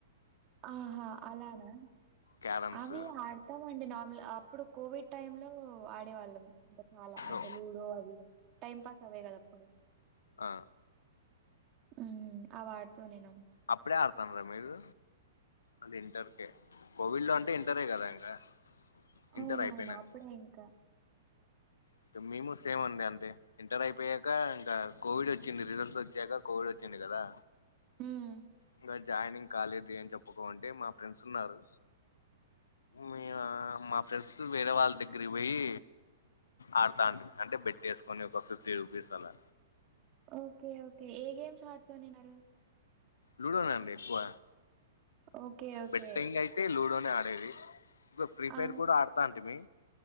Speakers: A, on the right; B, on the left.
A: ఆహా అలానా
B: క్యారమ్స్
A: అవి ఆడతామండి నార్మల్ అప్ ఇప్పుడు కోవిడ్ టైమ్ లో ఆడేవాళ్ళం ఇంకా చాలా అంటే
B: ఓకే
A: లూడో అవి టైం పాస్ అవే కదా అప్పుడు
B: ఆ
A: ఉమ్ ఆ వాడుతూ నేనం
B: అప్పుడే ఆడ్ అడతంట్రా మీరు అది ఇంటర్కే కోవిడ్ లో అంటే ఇంటరే కదా ఇంకా
A: అవునవును
B: ఇంటర్ అయిపోయినాక
A: అప్పుడే ఇంకా
B: ఇంక మేము సేమ్ అండి అంతే ఇంటర్ అయిపోయాక ఇంకా కోవిడ్ వచ్చింది రిజల్ట్స్ వచ్చాక కోవిడ్ వచ్చింది కదా
A: హ్మ్.
B: ఇంకా జాయినింగ్ కాలేదు అని చెప్పుకో అంటే మా ఫ్రెండ్స్ ఉన్నారు. మీ యా మా ఫ్రెండ్స్ వేరే వాళ్ళ దగ్గరికి పోయి ఆడతాంట్రి అంటే బెట్టేసుకొని ఒక ఫిఫ్టీ రూపీస్ అలా
A: ఓకే ఓకే ఏ గేమ్స్ ఆడుతనిన్నారు
B: లూడోనే అండి ఎక్కువ
A: ఓకే. ఓకే.
B: బెట్టెంగ్ అయితే లూడోనే ఆడేది ఎక్కువ ఫ్రీ ఫైర్
A: ఆ!
B: కూడా అడతాంటిమి